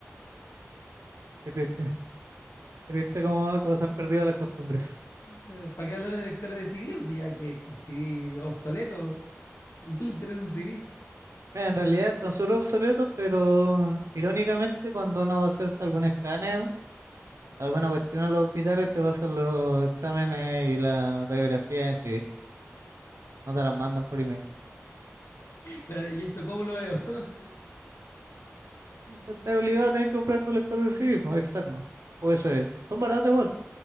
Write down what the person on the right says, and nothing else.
Qué triste, <laughs> qué triste como, como se
han perdido las costumbres.
Mira, en realidad están súper obsoletos, pero mm, irónicamente cuando uno va a hacerse algún escáner, alguna cuestión en los hospitales, te va a hacer los exámenes y la radiografía en sí. No te las mandan por email.
Pero estás obligado a tener que comprar tu lector de CD, pues, externo, USB. Son baratos igual,